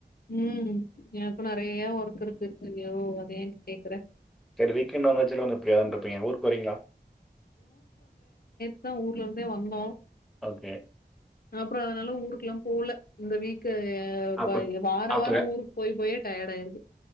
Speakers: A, on the left; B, in the centre.
A: உம் எனக்கு நெறைய ஒர்க் இருக்கு அய்யோ அதயேன் கேக்குற
B: செரி வீக்கெண்ட் வந்தாச்சுல்ல வந்து அப்டியான்ருப்பீங்க ஊர்க்கு வரீங்களா
A: துதா ஊர்ல இருந்தே வந்தோ
B: ஓகே
A: அப்றோ அதனால ஊருக்குல்லா போல இந்த வீக்கு
B: அப்போ
A: போய் வார
B: அப்போ
A: வாரம் ஊருக்கு போயி போயே டயர்ட் ஆயிருது